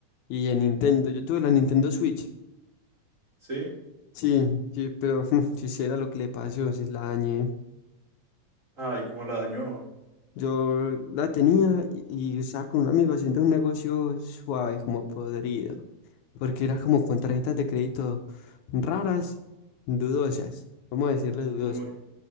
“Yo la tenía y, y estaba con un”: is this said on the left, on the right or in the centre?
Left